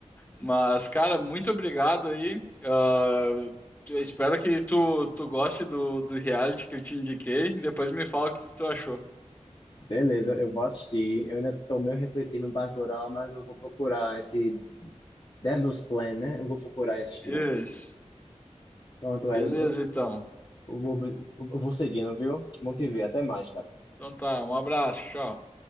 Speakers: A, on the left; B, on the left.
A: Mas, cara, muito obrigado aí. Ah, eu espero que tu, tu goste do, do reality que eu te indiquei. Depois me fala o que que tu achou.
B: Beleza, eu vou assistir. Eu ainda tô meio refletindo no Bacurau, mas eu vou procurar esse Devil's Plan, né? Eu vou procurar e assistir.
A: Isso.
B: Pronto,
A: Beleza,
B: Ed, eu
A: então.
B: eu vou, eu vou seguindo, viu? Bom te ver. Até mais, cara.
A: Então tá, um abraço, tchau.